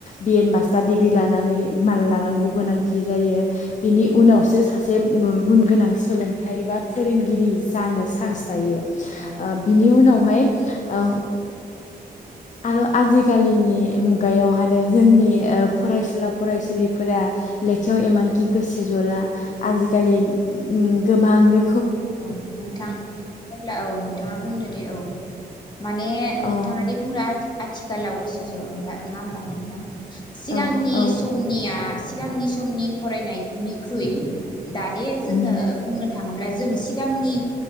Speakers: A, on the left (about 45°); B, on the left (about 25°).
A: बिएड मा स्टार डिग्रि लानानै माल लानांगौ गोनांथि जायो बिनि उनावसो सासे गुन गोनां सोलोंथाइ बा फोरोंगिरि जानो चान्स
B: अ
A: थायो
B: औ
A: ओ बिनि उनाव ओ आरो आजिखालिनि मुगायाव आरो जोंनि ओ फरायसुला फरायसुलिफोरा लेखायाव इमानखि गोसो जला आजिखालि उम गोबां रो
B: औ नोंथां नोंथाङा अब्ला औ नोंथाङा बुंदो दे औ माने
A: औ
B: नोंथाङादि बुंङोना आथिखालाव गोसो ज'ला नङा होमबा नोंथां? सिगांनि
A: औ औ
B: समनिया सिगांनि समनि फरायनायनिख्रुइ दा दे जोङो
A: उम
B: बुंनो थाङोब्ला जों सि गांनि